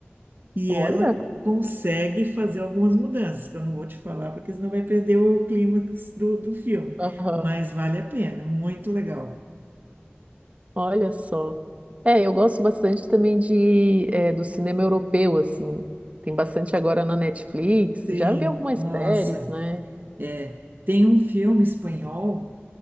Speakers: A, on the right; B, on the right.
A: e
B: Olha.
A: ela consegue fazer algumas mudanças, que eu não vou te falar, porque senão vai perder o clímax do, do filme.
B: Aham.
A: Mas vale a pena, muito legal.
B: Olha só. É, eu gosto bastante também de, eh, do cinema europeu, assim. Tem bastante agora na Netflix.
A: Tem,
B: Já vi algumas
A: nossa,
B: séries, né?
A: é, tem um filme espanhol